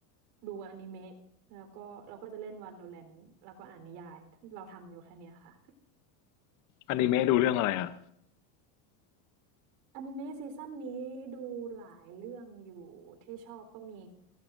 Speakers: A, on the right (about 65°); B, on the left (about 35°).
A: ดูอนิเมะแล้วก็เราก็จะเล่น Valorant แล้วก็อ่านนิยายเราทำอยู่แค่เนี้ยค่ะ
B: อนิเมะดูเรื่องอะไรอ่ะ
A: อนิเมะซีซั่นนี้ดูหลายเรื่องอยู่ที่ชอบก็มี